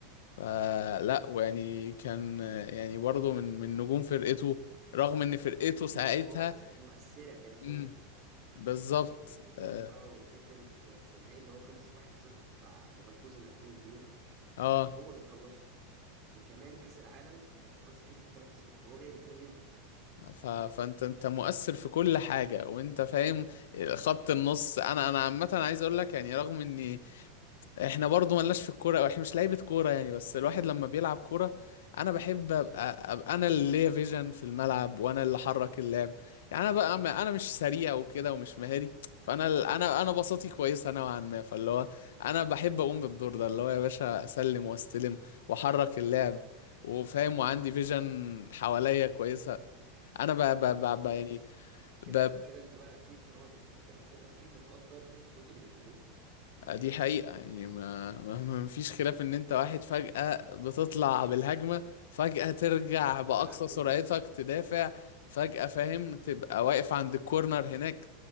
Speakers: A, on the left; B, on the right.
A: فلا ويعني كان يعني برضه من من نجوم فرقته
B: ده غير
A: رغم ان فرقته
B: ليه
A: ساعتها
B: لقطات مؤثره تاريخيا
A: امم بالظبط
B: يعني الجون
A: اه
B: بتاعه ضد في, في النهائي اللي هو خلص 1-0 بتاع ليفركوزن 2002
A: آه.
B: هو اللي خلصه وكمان كاس العالم كانت فرنسا كسبت 3-0 هو جايب اتنين منهم
A: ف... فانت انت مؤثر في كل حاجه وانت فاهم خط النص انا انا عامه عايز اقول لك يعني رغم اني احنا برضو ملناش في الكوره او احنا مش لعيبه كوره يعني بس الواحد لما بيلعب
B: بالظبط
A: كوره انا بحب ابقى, أبقى انا اللي ليا فيجن في الملعب وانا اللي حرك اللعب يعني انا بقى م- انا مش سريع وكده ومش مهاري فانا ال- انا انا بساطي كويسه نوعا ما فاللي هو انا بحب اقوم بالدور ده اللي هو يا باشا اسلم واستلم واحرك اللعب وفاهم وعندي فيجن حواليا كويسه انا ب ب ب ب- يعني
B: بس كده
A: ب
B: كده انت بقى اكيد طالما انت بتحب تلعب كده اكيد بتقدر المجهود اللي بيعملوه
A: آه، دي حقيقة يعني ما ما ما فيش خلاف ان انت واحد فجأة بتطلع بالهجمة فجأة ترجع بأقصى
B: الملعب كله
A: سرعتك تدافع فجأة فاهم تبقى واقف عند الكورنر هناك